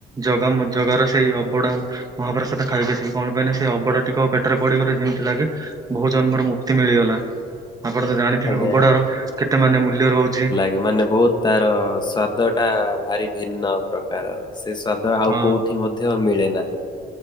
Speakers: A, on the right (about 20°); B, on the left (about 25°).
A: ଜଗା ମ ଜଗା ର ସେଇ ଅଭଡ଼ା ମହାପ୍ରସାଦ ତ ଖାଇକି ଆସିବି କଣ ପାଇଁ ସେ ଅଭଡ଼ା ଟିକ ପେଟରେ ପଡିଗଲେ ଯେମିତି ଲାଗେ ବହୁ ଜନ୍ମରୁ ମୁକ୍ତି ମିଳିଗଲା। ଆପଣ ତ ଜାଣିଥିବେ
B: ଆଜ୍ଞା
A: ଅଭଡ଼ାର କେତେ ମାନେ ମୂଲ୍ୟ ରହୁଛି।
B: ଏ ମାନେ ବହୁତ ତାର ସ୍ଵାଦ ଟା ଭାରି ଭିନ୍ନ ପ୍ର କାରର ସେ ସ୍ଵାଦ ଆଉ
A: ଅ
B: କୋଉଠି ମଧ୍ୟ ମିଳେ ନାହିଁ।